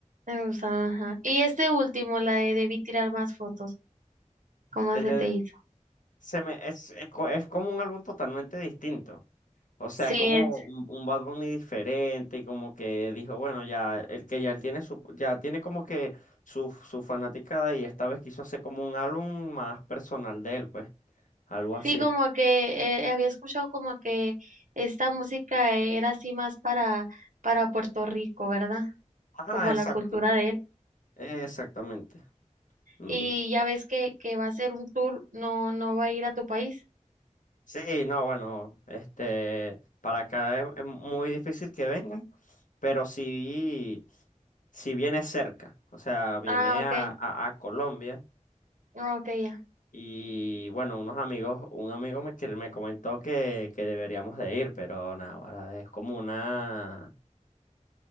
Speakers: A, on the right; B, on the left.
A: Me gusta, ajá. Y este último, la de debí tirar más fotos, ¿cómo
B: El
A: se
B: de-
A: te hizo?
B: se me, es, es, co- es como un álbum totalmente distinto. O sea,
A: Sí,
B: es como
A: es,
B: un, un Bad Bunny diferente, y como que dijo, bueno, ya, el que ya él tiene su, ya tiene como que su, su fanaticada y esta vez quiso hacer como un álbum más personal de él, pues, algo así.
A: sí, como que eh, había escuchado como que esta música era así más para, para Puerto Rico, ¿verdad?
B: Ajá,
A: Como
B: exacto,
A: la cultura de
B: exactamente. Mm.
A: Y ya ves que, que va a ser un tour, no, no va a ir a tu país.
B: Sí, no, bueno, este, para acá es, es muy difícil que vengan, pero si si viene cerca, o sea, viene
A: Ah, ok,
B: a, a, a Colombia
A: ah, ok, ya.
B: y bueno, unos amigos, un amigo me, que me comentó que, que deberíamos de ir, pero nada, ahora es como una,